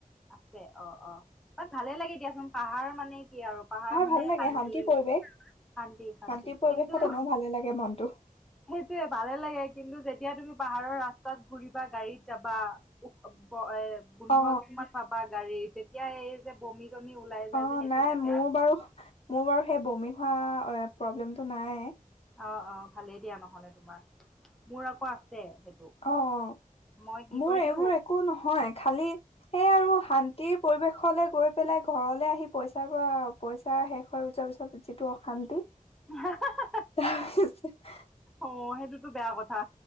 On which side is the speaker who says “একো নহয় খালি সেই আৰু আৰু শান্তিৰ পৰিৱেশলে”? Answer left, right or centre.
Left